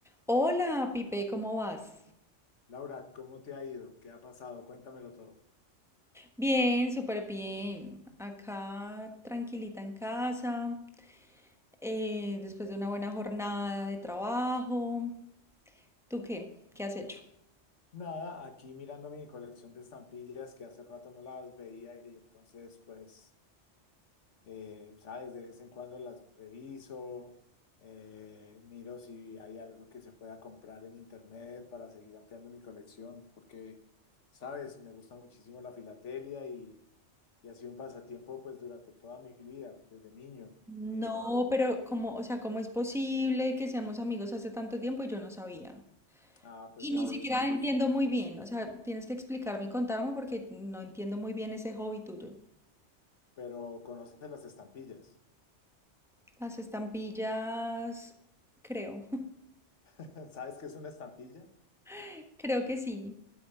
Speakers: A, in the centre; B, on the left.
A: Hola, Pipe, ¿cómo vas?
B: Laura, ¿cómo te ha ido? ¿Qué ha pasado? Cuéntamelo todo.
A: Bien, súper bien. Acá tranquilita en casa, eh, después de una buena jornada de trabajo. ¿Tú qué? ¿Qué has hecho?
B: Nada, aquí mirando mi colección de estampillas que hace rato no las veía y entonces pues, eh, sabes, de vez en cuando las reviso, eh, miro si hay algo que se pueda comprar en internet para seguir ampliando mi colección, porque, sabes, me gusta muchísimo la filatelia y, y ha sido un pasatiempo pues durante toda mi vida, desde niño.
A: No,
B: Eh,
A: pero ¿cómo, o sea, cómo es posible que seamos amigos hace tanto tiempo y yo no sabía?
B: ah, pues
A: Y
B: ya
A: ni
B: a veces,
A: siquiera entiendo muy bien, o sea, tienes que explicarme y contarme porque no entiendo muy bien ese hobby tuyo.
B: pero conoces las estampillas.
A: Las estampillas, creo,
B: <laughs> ¿Sabes qué es una estampilla?
A: <laughs> creo que sí.